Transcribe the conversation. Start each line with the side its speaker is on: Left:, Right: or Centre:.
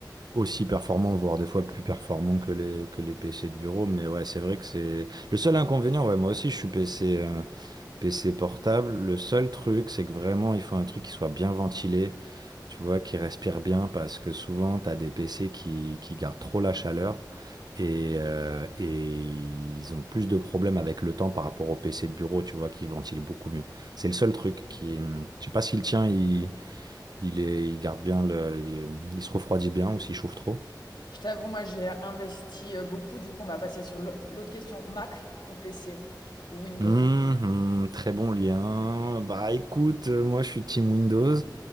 Right: aussi performants, voire des fois plus performants que les, que les PC de bureau. Mais ouais, c'est vrai que c'est... Le seul inconvénient, ouais, moi aussi, je suis PC, PC portable, le seul truc, c'est que vraiment, il faut un truc qui soit bien ventilé, tu vois, qui respire bien, parce que souvent, tu as des PC qui, qui gardent trop la chaleur et, euh, et ils ont plus de problèmes avec le temps par rapport aux PC de bureau, tu vois, qui ventilent beaucoup mieux. C'est le seul truc qui... Je sais pas si le tien, il, il est, il garde bien, le, il, il se refroidit bien ou s'il chauffe trop.
Left: Je t'avoue, moi, j'ai investi euh, beaucoup. Du coup, on va passer sur l'au- l'autre question. Mac ou PC ou Windows?
Right: Hum, hum, très bon lien. Bah écoute, euh, moi je suis Team Windows.